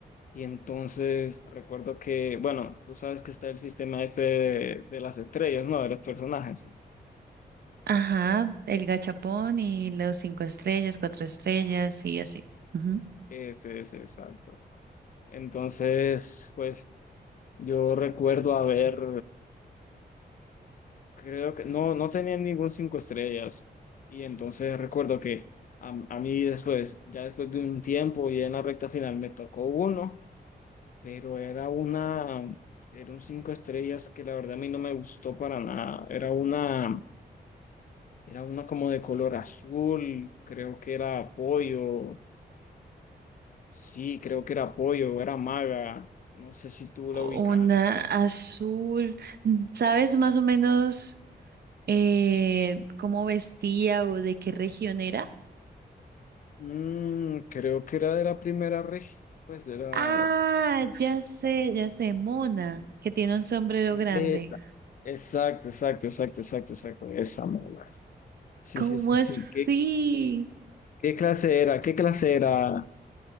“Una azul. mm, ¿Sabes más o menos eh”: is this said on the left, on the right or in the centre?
Right